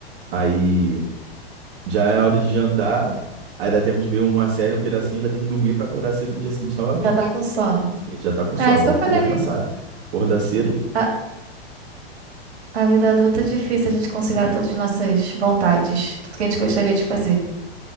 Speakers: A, on the right; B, on the right.
A: Aí já é hora de jantar, aí dá tempo de ver uma série, um pedacinho, já tem que dormir para acordar cedo no dia seguinte novamente.
B: já tá com sono.
A: E ele já tá com sono,
B: É isso que
A: já,
B: eu falei.
A: já cansado. Acordar cedo,
B: Ah, A vida adulta é difícil a gente conciliar todas as nossas vontades, tudo que a gente gostaria de fazer.